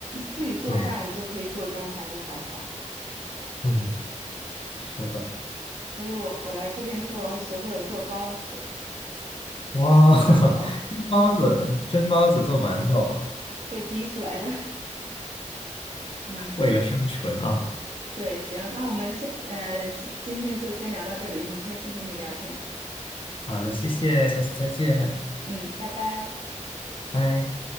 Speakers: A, on the right; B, on the left.
A: 自己做饭就可以做中餐，
B: 对，
A: 就还好。
B: 嗯，是的。
A: 所以我我来这边之后还学会了做包子、
B: 哇，
A: 做馒头，
B: <laughs> 蒸包子，蒸包子做馒头，
A: <laughs> 被逼出来的。嗯，
B: 为了生存啊！
A: 对，行，那我们先呃，先今天就先聊到这里，很开心跟你聊天。
B: 好的，谢谢，下次再见，
A: 嗯，拜拜。
B: 拜。